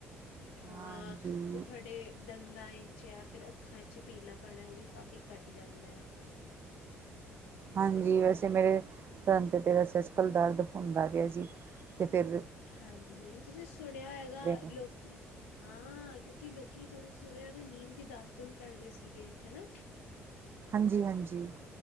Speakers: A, on the left (about 70°); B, on the right (about 35°).
A: ਹਾਂ,
B: ਹਾਂਜੀ
A: ਜੇ ਤੁਹਾਡੇ ਦੰਦਾਂ ਵਿਚ ਜਾਂ ਫੇਰ ਅੱਖਾਂ ਵਿੱਚ ਚ ਪੀਲਾਪਣ ਐ ਓ ਵੀ ਕਾਫ਼ੀ ਘੱਟ ਜਾਂਦੈ।
B: ਹਾਂਜੀ, ਵੈਸੇ ਮੇਰੇ ਦੰਦ ਤੇ <unintelligible> ਹੁੰਦਾ ਪਿਆ ਜੀ ਤੇ ਫੇਰ
A: ਹਾਂਜੀ, ਤੁਸੀ ਸੁਣਿਆ ਹੋਏਗਾ ਲੋਕੀ
B: ਨੇ
A: ਹਾਂ ਕਿਉਂਕਿ ਲੋਕੀ ਤੋਹਾਨੂੰ ਸੁਣਿਆ ਹੋਏਗਾ ਨੀਮ ਦੀ ਦਾਤੂਨ ਕਰਦੇ ਸੀਗੇ, ਹੈਨਾ
B: ਹਾਂਜੀ, ਹਾਂਜੀ।